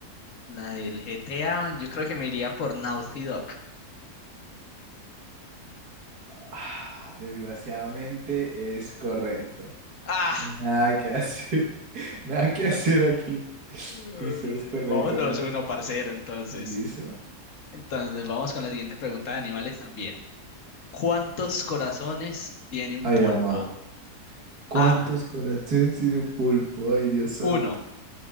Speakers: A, on the left; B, on the right.
A: la del GTA, yo creo que me iría por Naughty Dog.
B: Ah, desgraciadamente es correcto.
A: Ah,
B: Nada que hacer. <laughs> Nada que hacer
A: <laughs>
B: aquí.
A: Uy,
B: Listo, es correcto.
A: vamos 2-1, parcero, entonces.
B: Listo.
A: Entonces vamos con la siguiente pregunta de animales también. ¿Cuántos corazones tiene un
B: Ay,
A: pulpo?
B: mamá. ¿Cuántos
A: A,
B: corazones tiene un pulpo? Ay, Dios santo.
A: uno.